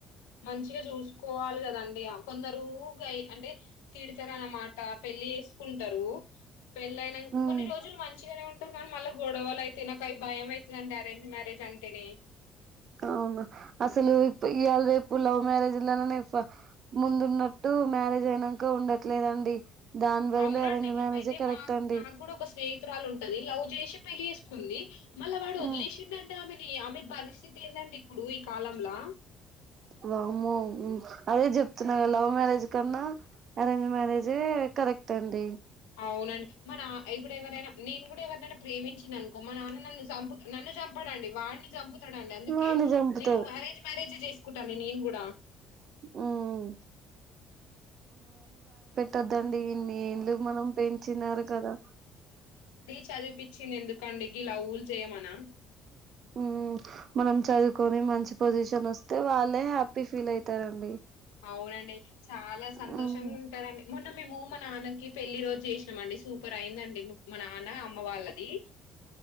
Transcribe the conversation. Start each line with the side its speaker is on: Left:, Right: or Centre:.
Left: మంచిగా చూసుకోవాలి కదండి ఆ కొందరు అయి అంటే తీడిత అన్నమాట పెళ్ళి చేసుకుంటారు పెళ్ళయినంకా కొన్ని
Right: మ్
Left: రోజులు మంచిగానే ఉం కనీ మళ్ళ గొడవలైతే నాకై భయం ఐతుదండి అరేంజ్ మ్యారేజ్ అంటేనే
Right: అవును అసలు ఇప్ ఇయాళ రేపు లవ్ మ్యారేజ్లాలనే ఫా ముందున్నట్టు మ్యారేజ్ అయినంకా ఉండట్లేదండి దాని బదులు
Left: అవునండి.
Right: అరేంజ్ మ్యారేజే
Left: అయితే
Right: కరెక్ట్
Left: మా
Right: అండి
Left: నాకు కూడా ఒక స్నేహితురాలు ఉంటది లవ్ చేసి పెళ్లిచెస్ కుంది మళ్ళ వాడు
Right: హ్మ్
Left: వదిలేసిండంటే ఆమెను టె ఆమె భరిస్ పరిస్థితి ఏందండి ఇప్పుడు ఈ కాలంలా
Right: వామ్మో హ్మ్ అదే చెప్తున్నా లవ్ మ్యారేజ్ కన్నా అరేంజ్ మ్యారేజే కరెక్ట్ అండి
Left: అవునండి. మా నా ఇప్పుడు ఎవరైనా నేను కూడా ఎవరైనా ప్రేమించిననుకో, మా నాన్న నన్ను చంపు నన్ను చంపడండి వాడిని చంపుతాడండి అందుకే
Right: వాన్ని చంపుతారు
Left: నేను అరేంజ్ మ్యారేజ్ చేసుకుంటాను నేను కూడా
Right: హ్మ్ తదండి ఇన్ని ఏండ్లు మనం పెంచినారు కదా
Left: చదిపిచ్చింది ఎందుకండి గి లవ్వులు చేయమనా
Right: ఉమ్ మనం చదువుకొని మంచి పొజిషన్ అస్తే వాళ్ళే హ్యాపీ ఫీల్ అయితారండి
Left: అవునండి చాలా సంతోషంగా
Right: హ్మ్
Left: ఉంటారండి. మొన్న మేము మా నాన్నకి పెళ్లి రోజు చేసినాం అండి. సూపర్ అయిందండి మా నాన్న అమ్మ వాళ్ళది